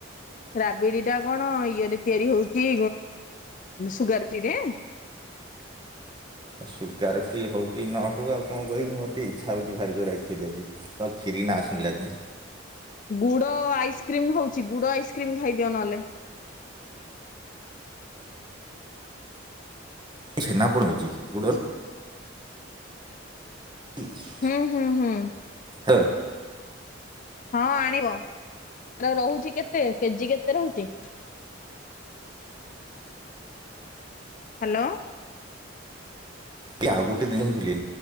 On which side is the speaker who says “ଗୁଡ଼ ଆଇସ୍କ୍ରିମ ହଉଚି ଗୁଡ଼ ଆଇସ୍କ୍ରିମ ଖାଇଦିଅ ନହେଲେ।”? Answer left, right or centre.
Left